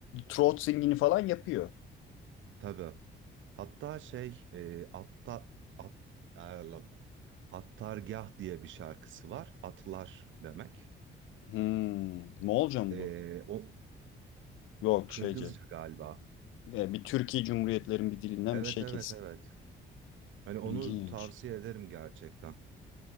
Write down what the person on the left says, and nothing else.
throat singini falan yapıyor.
Hmm, ne olacağım
bu?
Yok
şeyce.
E, Bir Türkiye Cumhuriyetlerin bir dilinden
bir şey
kesin.
İlginç.